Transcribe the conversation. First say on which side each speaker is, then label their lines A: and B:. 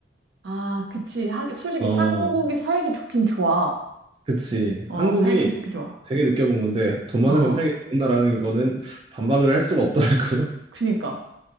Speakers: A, on the right (about 80°); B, on the right (about 30°).
A: 아, 그치. 하, 솔직히
B: 어,
A: 한국이 살기 좋긴 좋아.
B: 그치.
A: 어,
B: 한국이
A: 살긴 살기 좋아.
B: 되게 느껴본 건데 돈 많으면
A: 어, 어.
B: 살기 좋은 나라는 거는 반박을 할 수가 없더라고. <laughs>
A: 그니까.